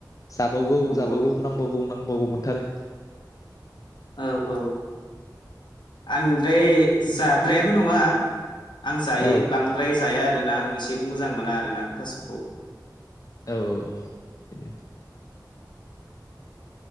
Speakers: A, on the left; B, on the left.
A: जाबावगौ
B: नंगौ
A: जाबावगौ
B: नंगौ
A: नांबावगौ नांबागौ मोनथारो
B: औ औ आं फ्राय जाद्रायाबो नंङा आं जायो
A: औ
B: बांद्राय जाया आरो आरोना आं एसे मोजां मोना आरोना थासखौ
A: औ औ बिदि